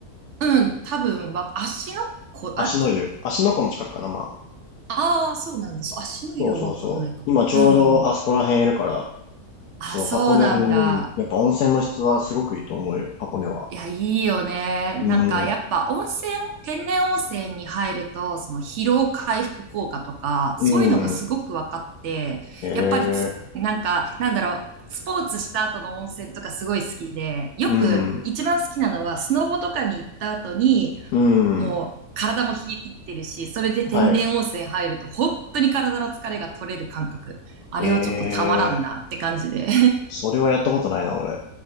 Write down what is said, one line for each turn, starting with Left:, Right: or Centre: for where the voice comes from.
Right: うん、多分わ、足のこ、
Left: 足の湯。
Right: あれ
Left: 足の湖も近くかな、まあ。
Right: ああ、そうなんです。足の湯はわかんないかもな。
Left: そうそうそう。今ちょうどあそこら辺いるから、
Right: うん。あ、
Left: そう、
Right: そうなんだ。
Left: 箱根、うん。やっぱ温泉の質はすごくいいと思うよ、箱根は。
Right: いや、いいよね。
Left: うん。
Right: なんか、やっぱ温泉、天然温泉に入ると、その疲労回復効果とか、
Left: うん。
Right: そういうのがすごく分かって、
Left: ええ
Right: やっぱりつ、なんか、なんだろう、スポーツした後の温泉とかすごい好きで、よく一番好きなのは、
Left: うん。
Right: スノボとかに行った後に、
Left: うん。
Right: もう体も冷え切ってるし、それで天然温泉入ると、
Left: はい。
Right: 本当に体の疲れが取れる感覚。あれはちょっとたまらんなって感じで。
Left: ええそれはやったことないな、俺。